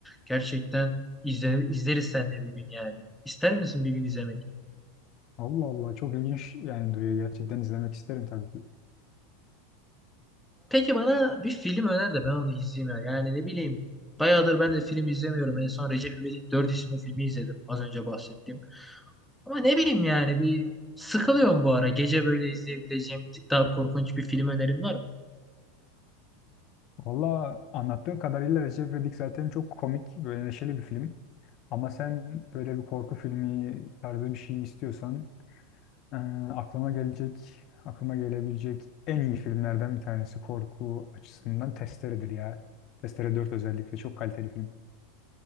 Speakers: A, in the centre; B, on the left.
A: Gerçekten İzle, izleriz seninle bir gün yani. İster misin bir gün izlemek?
B: Allah Allah çok ilginç yani duruyor gerçekten izlemek isterim tabii ki.
A: Peki bana bir film öner de ben onu izleyeyim ya. Yani ne bileyim. Bayağıdır ben de film izlemiyorum. En son Recep İvedik dört isimli filmi izledim. Az önce bahsettiğim. Ama ne bileyim yani bir sıkılıyorum bu ara. Gece böyle izleyebileceğim bir tık daha korkunç bir film önerin var mı?
B: Valla anlattığın kadarıyla Recep İvedik zaten çok komik, böyle neşeli bir film. Ama sen böyle bir korku filmi tarzı bir şey istiyorsan eee, aklıma gelecek, aklıma gelebilecek en iyi filmlerden bir tanesi korku açısından Testere'dir ya. Testere 4 özellikle çok kaliteli film.